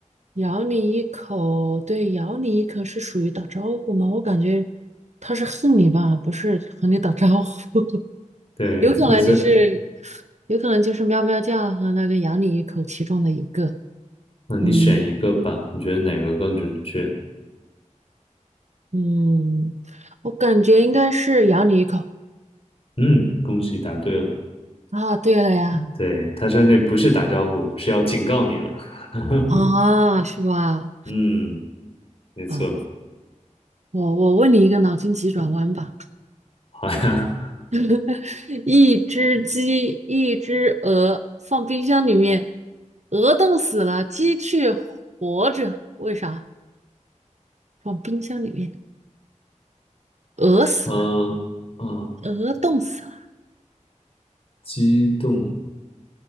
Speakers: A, on the right (about 60°); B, on the left (about 50°).
A: 咬你一口，对，咬你一口是属于打招呼吗？我感觉他是恨你吧，不是和你打招呼，<laughs>
B: 对，
A: 有可能就是，
B: 那所以，
A: 有可能就是喵喵叫和那个咬你一口其中的一个，
B: 那你选一个吧，
A: 嗯
B: 你觉得哪个更准确？
A: 嗯，我感觉应该是咬你一口
B: 嗯，恭喜答对了。
A: 啊，对了呀，
B: 对，他说那不是打招呼，是要警告你了。<laughs>
A: 啊，是吧？
B: 嗯，没错。
A: 啊。我我问你一个脑筋急转弯吧，
B: 好呀，
A: <laughs> 一只鸡，一只鹅，放冰箱里面，鹅冻死了，鸡却活着，为啥？放冰箱里面，鹅死了，
B: 嗯、啊，
A: 鹅冻死了。
B: 激动，